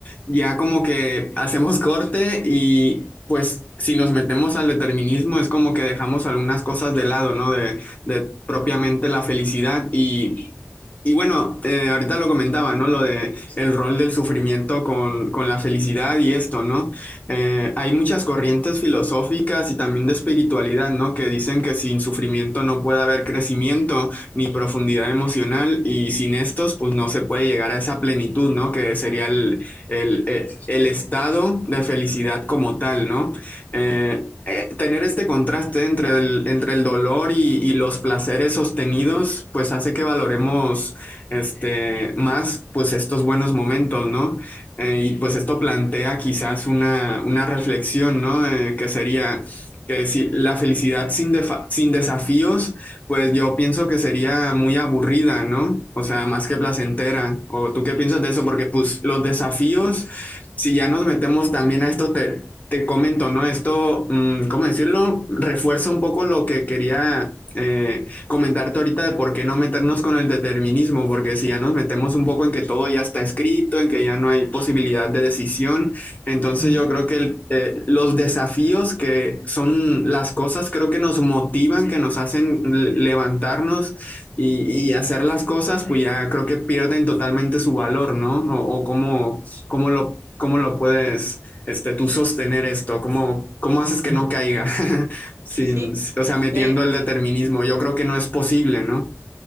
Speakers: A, on the left; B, on the right.
A: ya como que hacemos corte y pues si nos metemos al determinismo es como que dejamos algunas cosas de lado, ¿no? De, de propiamente la felicidad y, y bueno, eh, ahorita lo comentaba, ¿no? Lo de el rol del sufrimiento con, con la felicidad y esto, ¿no? Eh, hay muchas corrientes filosóficas y también de espiritualidad, ¿no? Que dicen que sin sufrimiento no puede haber crecimiento ni profundidad emocional y sin estos pues no se puede llegar a esa plenitud, ¿no? Que sería el, el, el, el estado de felicidad como tal, ¿no? Eh, eh, tener este contraste entre el, entre el dolor y, y, los placeres sostenidos, pues hace que valoremos este, más pues estos buenos momentos, ¿no? Eh, y pues esto plantea quizás una, una reflexión, ¿no? Eh, que sería que si la felicidad sin, defa- sin desafíos pues yo pienso que sería muy aburrida, ¿no? O sea, más que placentera. ¿O tú qué piensas de eso? Porque pues los desafíos,
B: Sí.
A: si ya nos metemos también a esto, te, te comento, ¿no? Esto, mm, ¿cómo decirlo? Refuerza un poco lo que quería eh, comentarte ahorita de por qué no meternos con el determinismo, porque si ya nos metemos un poco en que todo ya está escrito, en que ya no hay posibilidad de decisión, entonces
B: Ujú,
A: yo creo que el los desafíos que son las cosas, creo que nos motivan, que nos hacen le- levantarnos y, y hacer las cosas, pues ya creo que pierden totalmente su valor, ¿no? O, o cómo, cómo lo, cómo lo puedes, este, tú sostener esto, cómo, cómo haces que
B: ujú.
A: no caiga, <laughs>
B: Sí,
A: sin,
B: sí,
A: o sea, metiendo
B: me,
A: el determinismo. Yo creo que no es posible, ¿no?